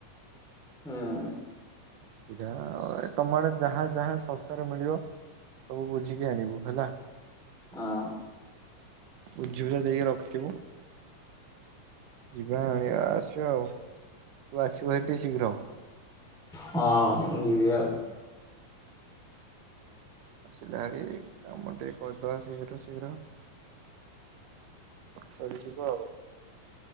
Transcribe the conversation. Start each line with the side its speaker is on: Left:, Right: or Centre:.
Centre: ହୁଁ।
Right: ସେଇଟା ତମ ଆଡେ ଯାହା ଯାହା ଶସ୍ତାରେ ମିଳିବ। ସବୁ ବୁଝିକି ଆଣିବୁ ହେଲା।
Centre: ହଁ।
Right: ବୁଝିବୁଝା ଦେଇକି ରଖିଥିବୁ। ଯିବା ଆଣିବା ଆସିବା ଆଉ। ତୁ ଆସିବୁ ଭାରି ଟିକେ ଶୀଘ୍ର।
Centre: ହଁ ମୁଁ ଯିବି ଆଉ।
Right: ଆସିଲେ ଭାରି କାମ ଟିକେ କରିଦବା ଶୀଘ୍ର ଶୀଘ୍ର। ସରିଯିବ ଆଉ।